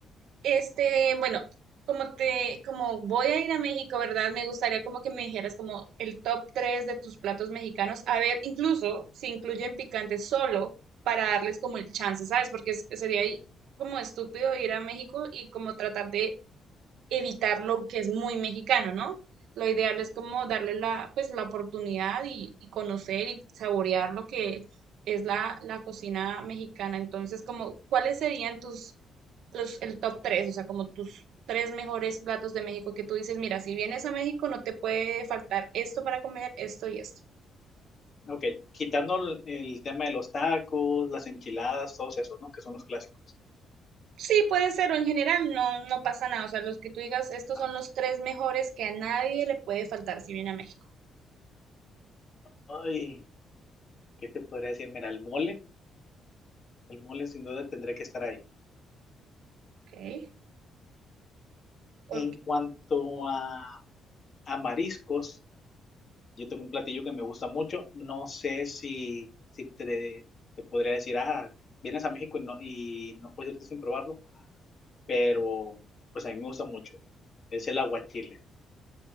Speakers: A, on the right (about 80°); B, on the left (about 45°).
A: Este, bueno, como te, como voy a ir a México, ¿verdad? Me gustaría como que me dijeras como el top 3 de tus platos mexicanos. A ver, incluso si incluyen picante solo para darles como el chance, ¿sabes? Porque es- sería ahí como estúpido ir a México y como tratar de evitar lo que es muy mexicano, ¿no? Lo ideal es como darle la, pues, la oportunidad y, y conocer y saborear lo que es la, la cocina mexicana. Entonces, como, ¿cuáles serían tus, los, el top tres? O sea, como tus tres mejores platos de México que tú dices, mira, si vienes a México no te puede faltar esto para comer, esto y esto.
B: Ok, quitando el, el tema de los tacos, las enchiladas, todos esos, ¿no? Que son los clásicos.
A: Sí, puede ser, o en general no, no pasa nada. O sea, los que tú digas, estos
B: Ah,
A: son los tres mejores que a nadie le puede faltar si viene a México.
B: Ay, ¿Qué te podría decir? Mira, el mole, el mole sin duda tendría que estar ahí.
A: Ok. Porque
B: En cuanto a, a mariscos, yo tengo un platillo que me gusta mucho. No sé si, si te, te podría decir, ah, vienes a México y no, y no puedes irte sin probarlo, pero pues a mí me gusta mucho. Es el aguachile.